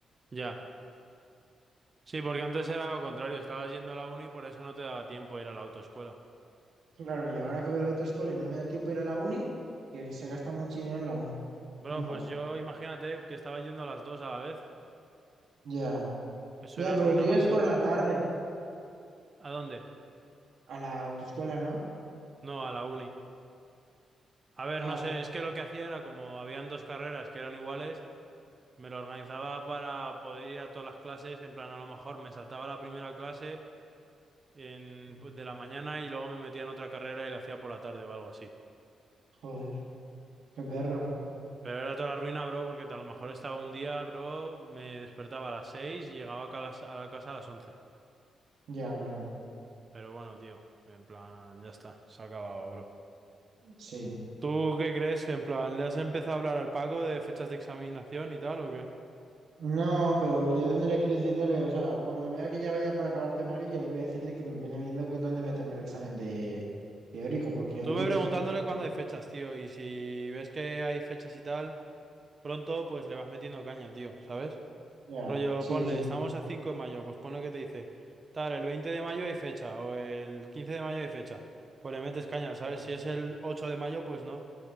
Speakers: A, on the right; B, on the right.
A: Ya. Sí, porque antes era lo contrario, estabas yendo a la uni y por eso no te daba tiempo a ir a la autoescuela.
B: Claro, y ahora que voy a la autoescuela y no me da tiempo de ir a la uni, que se gasta mucho dinero en la uni.
A: Bro,
B: Coño,
A: pues yo imagínate que estaba yendo a las dos a la vez.
B: ya.
A: Eso
B: Ya,
A: era
B: pero
A: ruina
B: tú ibas
A: máxima.
B: por la tarde
A: ¿A dónde?
B: a la autoescuela, ¿no?
A: No, a la uni. A ver,
B: Ah,
A: no sé,
B: sí.
A: es que lo que hacía era como habían dos carreras que eran iguales. Me lo organizaba para poder ir a todas las clases, en plan, a lo mejor me saltaba la primera clase en,
B: sí,
A: pues, de la mañana y luego me metía en otra carrera y la hacía por la tarde o algo así.
B: Joder, qué perro.
A: Pero era toda la ruina, bro, porque a lo mejor estaba un día, bro, me despertaba a las 6 y llegaba acá a las- a la casa a las once
B: Ya, claro.
A: Pero bueno, tío, en plan, ya está, se ha acabado, bro.
B: Sí.
A: ¿Tú qué crees? En plan, ¿le has empezado a hablar al Paco de fechas de examinación y tal o qué?
B: No, pero yo tendría que ir diciéndole, o sea, cuando vea que ya vaya por acabarte, Mari, yo le voy a decir de que me vaya viendo con dónde meterme el examen de teórico, porque
A: Estuve
B: yo lo quiero
A: preguntándole
B: hacer cuanto
A: cuándo
B: antes.
A: hay fechas, tío, y si ves que hay fechas y tal... pronto pues le vas metiendo caña, tío, ¿sabes?
B: Ya,
A: Rollo,
B: sí,
A: ponle,
B: sí,
A: estamos a 5 de mayo, pues ponle que te dice, tal, el 20 de mayo hay fecha, o el 15 de mayo hay fecha, pues le metes caña, ¿sabes?
B: sí,
A: Si es el 8 de mayo, pues no,